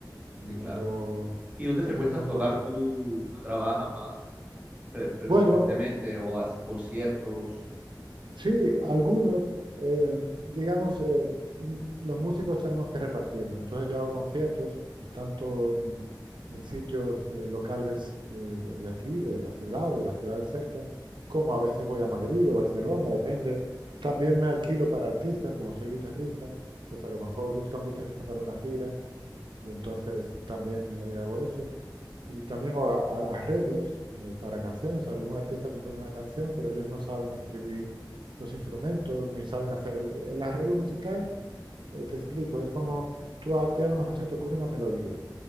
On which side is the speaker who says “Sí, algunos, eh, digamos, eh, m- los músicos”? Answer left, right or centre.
Right